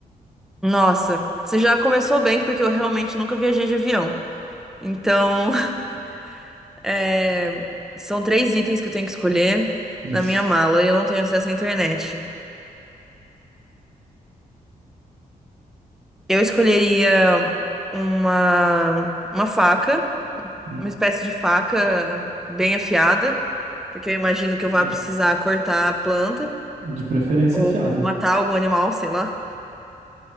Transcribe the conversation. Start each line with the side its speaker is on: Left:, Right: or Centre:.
Centre: Nossa, você já começou bem, porque eu realmente nunca viajei de avião. Então, <laughs> é, são três itens que eu tenho que escolher
Right: Isso.
Centre: na minha mala e eu não tenho acesso à internet. Eu escolheria uma, uma faca,
Right: Hum,
Centre: uma espécie de faca bem afiada, porque eu imagino que eu vá
Right: é,
Centre: precisar cortar a planta
Right: de preferência
Centre: ou
Right: afiada.
Centre: matar algum animal, sei lá.